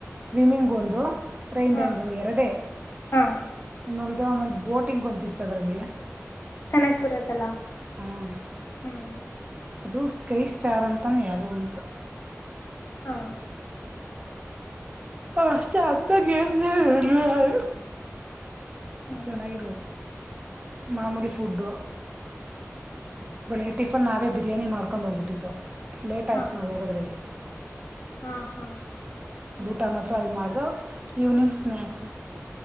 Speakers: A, on the right (about 25°); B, on the left (about 50°).
A: ಸ್ವಿಮ್ಮಿಂಗ್ ಒಂದು. ರೇನ್
B: ಹಾ
A: ಡಾನ್ಸ್ ಒಂದ್ ಎರಡೇ
B: ಹಾ
A: ಇನ್ನ. ಆಮೇಲೆ ಬೋಟಿಂಗ್ ಒಂದ್ ಇತ್ತು ಅದರಲ್ಲಿ.
B: ಕನಕ್ಪುರದಲ್ಲ
A: ಹ್ಮ್
B: ಹ್ಮ್
A: ಅದು ಸ್ಕೈ ಸ್ಟಾರ್ ಅಂತಾನೆ ಯಾವ್ದೋ ಒಂದು.
B: ಹಾ
A: ಹಾ ಅಷ್ಟೇ ಅಂತ ಗೇಮ್ಸ್ ಏನ್ ಇರ್ಲಿಲ್ಲ ಅಲ್ಲಿ.
B: ಹ್ಮ್
A: ಚೆನ್ನಾಗಿರು. ಮಾಮೂಲಿ ಫುಡ್ಡು ಬೆಳಿಗ್ಗೆ ಟಿಫನ್ ನಾವೇ ಬಿರಿಯಾನಿ ಮಾಡ್ಕೊಂಡು ಹೋಗ್ಬಿಟ್ಟಿದ್ದು. ಲೇಟ್
B: ಹಾ
A: ಆಯ್ತು ನಾವು ಹೋಗೋದ್ರಗೆ.
B: ಹಾ ಹಾ
A: ಟಮ್ ಹತ್ರ ಅಲ್ಲಿ ಮಾಡುದು ಈವ್ನಿಂಗ್ ಸ್ನ್ಯಾಕ್ಸು.